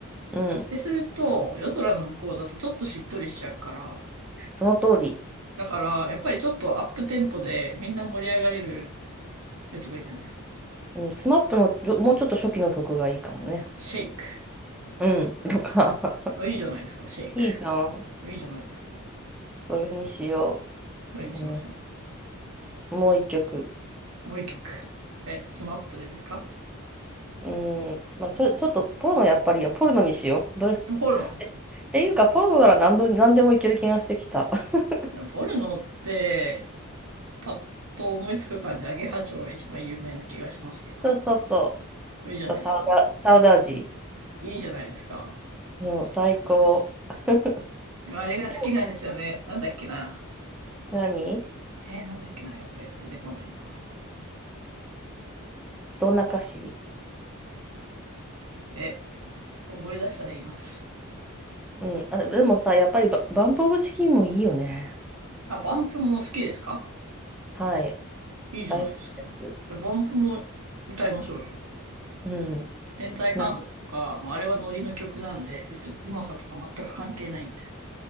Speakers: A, in the centre; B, on the right.
A: うん。
B: で、すると、夜空の向こうだとちょっとしっとりしちゃうから、
A: その通り。
B: だから、やっぱりちょっとアップテンポでみんな盛り上がれるやつがいいんじゃないですか。
A: うん、スマップのちょもうちょっと初期の曲がいいかもね。
B: シェイク。
A: うん。とか。
B: あ、いいじゃないですか、
A: <laughs>
B: シェイク。
A: いいじゃん。
B: あ、いいじゃないですか。
A: それにしよ
B: それにしましょ
A: う。うん、もう一曲。
B: う。もう一曲。え、スマップでですか
A: うーん、まあ、ちょ、ちょっとポルノやっぱりいや、ポルノにしよう。どれ <laughs> っ
B: ポルノ。
A: ていうか、ポルノなら何度、何でもいける気がしてきた。<laughs>
B: でもポルノって、パッと思いつく感じ、アゲハチョウが一番有名な気がしますけど。
A: そうそうそ
B: いいじゃないですか。
A: う。サウダ、サウダージ
B: いいじゃないですか。
A: の最高。<laughs> で
B: あれが好きなんですよね。
A: も、
B: なんだっけな。
A: 何
B: えー、なんだっけな、やべえ、出てこないな。
A: どんな歌詞
B: え、ちょっと思い出したら言います。
A: うん。あ、でもさ、やっぱりバ、バンプ・オブ・チキンもいいよね。
B: あ、バンプも好きですか
A: はい。
B: いいじゃないですか。
A: 大好きです。
B: じゃあ、バンプも歌いましょうよ。
A: うん。
B: 天体観測とか、
A: な、
B: まあ、あれはノリの曲なんで、別にうまさとか全く関係ないんで。